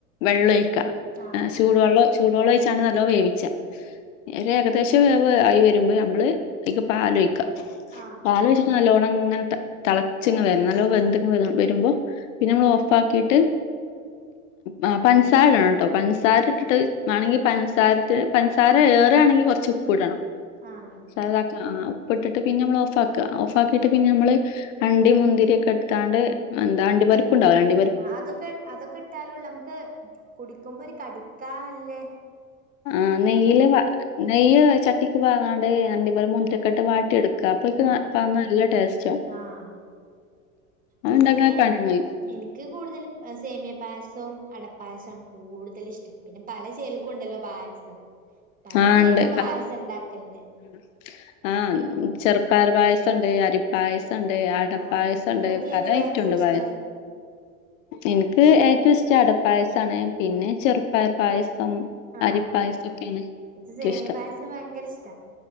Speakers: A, on the left; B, on the right.
A: വെള്ളം ഒയി ക്ക
B: ആഹ്
A: ചൂടുവെള്ളം ചൂടുവെള്ളം ഒഴിച്ചാണ്ട് ന്നല്ലോം വേവിച്ച ക - ഒര് ഏകദേശം വേവ് ആയി വരുമ്പോ നമ്മള് അയ്ക്ക് പാൽ ഒയിക്കാ.
B: ആഹ്
A: പാലൊഴിച്ചിട്ട് നല്ലോണം ഇങ്ങനെ തളച്ചിങ്ങ് വരണം ന്നല്ലോം വെന്ത്‌ ഇങ് വരുമ്പോ പിന്നെ ന്നമ്മള് ഓഫ്‌ ആക്കിട്ട് ആ പഞ്ചസാര ഇടണം ട്ടോ പഞ്ചസാര ഇട്ടിട്ട് വാണെങ്കി പഞ്ചസാര പഞ്ചസാര ഏർ- ഇടെണെങ്കി കൊറച്ച് ഉപ്പ് ഇടണം.
B: ആഹ്
A: ഇതാക്ക ആ ഉപ്പിട്ടിട്ട് പിന്നെ നമ്മള് ഓഫാക്ക ഓഫാക്കിയിട്ട് പിന്നെ നമ്മള് അണ്ടി മുന്തിരി ഒക്കെ ഇട്ത്താണ്ട് എന്താ അണ്ടി പരിപ്പ് ഇണ്ടാവുലെ അണ്ടി-
B: ആ അതൊക്കെ അതൊക്കെ ഇട്ടാലോള്ളൂ നമ്ക്ക് കുടിക്ക്മ്പോ ഒര് കടിക്കാൻ വല്ലെ
A: ആ നെയ്യില് വാ നെയ്യ് ചട്ടിക്ക് പാങ്ങാണ്ട് അണ്ടിപരിപ്പും മുന്തിരിയൊക്കെ ഇട്ട് വാട്ടിയെട്ക്കും ക്കാ അപ്പാ അയ്ക്ക്
B: ആഹ്
A: പാന്നാ ന്നല്ല ടേസ്റ്റാവും
B: ആഹ്
A: അത്
B: പിന്നെ
A: ഇണ്ടാക്കാൻ പണിയൊന്നുല്ല
B: എനിക്ക് കൂടുതല് സേമിയ പായസോം അടപ്പായസോം ആണ് കൂട്തല് ഇഷ്ട്ടം പിന്നെ പല ചെൽക്കും ഇണ്ടല്ലോ പായസം പല
A: ആ
B: ചെൽക്കും
A: ഇണ്ട്
B: പായസം ഇണ്ടാക്കൽണ്ട്
A: <inaudible> ആഹ് ചെർപ്പയറ് പായസണ്ട് അരി പായസണ്ട് അടപായസണ്ട്
B: ആഹ് നിങ്ങൾക്ക്
A: പല
B: ഏത് പായസാ
A: ഐറ്റുണ്ട്
B: ഇഷ്ടം
A: പായസ് ഇൻക്ക് ഏറ്റവും ഇഷ്ടം അടപായസാണ് പിന്നെ ചെർപയർ പായസം
B: ആഹ്
A: അരി പായസൊക്കെ
B: എനിക്ക്
A: റ്റു
B: സേമിയ
A: ഇഷ്ട്ടം
B: പായസം ഭയങ്കര ഇഷ്ടാ